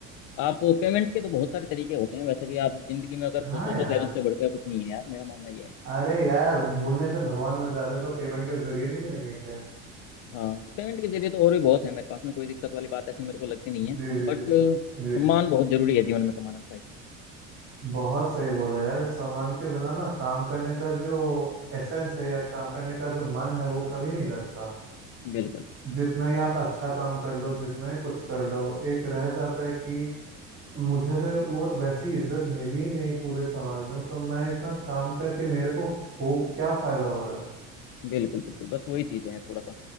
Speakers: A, on the left; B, on the right.
A: आप पेमेंट के तो बहुत सारे तरीके होते हैं वैसे भी आप जिंदगी में अगर
B: हाँ
A: खुश हो
B: यार
A: तो शायद उससे बढ़कर कुछ नहीं है यार मेरा मानना ये है
B: अरे यार ढूंढने से भगवान मिल जाते हैं तो पेमेंट के जरिए नहीं मिलेंगे क्या
A: हाँ पेमेंट के जरिए तो और भी बहुत है मेरे पास में कोई दिक्कत वाली बात ऐसी मेरे को लगती नहीं है
B: जी जी
A: बट
B: जी
A: सम्मान
B: जी
A: बहुत जरूरी है जीवन में कमाना ना भाई
B: बहुत सही बोला यार सामान के बिना ना काम करने का जो एसेंस है या काम करने का जो मन है वो कभी नहीं लगता
A: बिल्कुल
B: जितना ही आप अच्छा काम कर लो जितना ही कुछ कर लो एक रह जाता है कि मुझे अगर वो वैसी इज्जत मिली ही नहीं पूरे समाज में तो मैं इतना काम करके मेरे को हो क्या फायदा हो रहा
A: बिल्कुल बिल्कुल बस वही चीज़ है थोड़ा सा